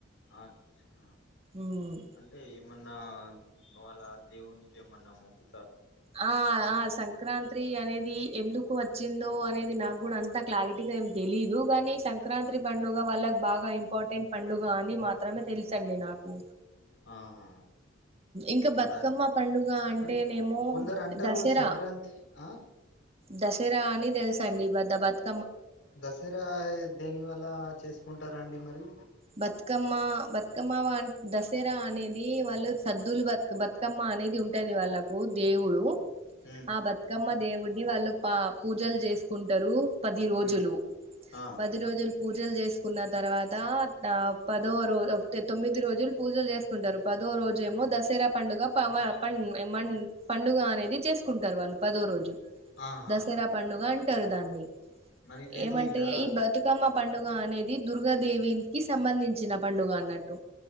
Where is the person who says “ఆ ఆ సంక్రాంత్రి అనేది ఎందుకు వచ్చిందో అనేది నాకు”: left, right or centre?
Right